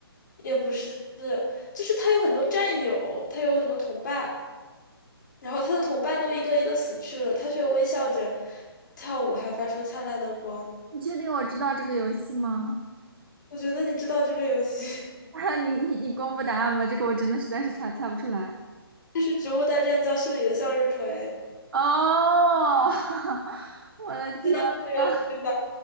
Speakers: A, on the left (about 45°); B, on the right (about 60°).
A: 也不是，就是他有很多战友，他有很多同伴。然后他的同伴都一个一个死去了，他却微笑着跳舞，还发出灿烂的光。
B: 你确定我知道这个游戏吗？
A: 我觉得你知道这个游戏，
B: <laughs> 哈，你你你公布答案吧，这个我真的实在是猜猜不出来。
A: <laughs> 它是《植物大战僵尸》里的向日葵，
B: 哦，<laughs> 我的天呐，
A: 你知道这个游戏吧？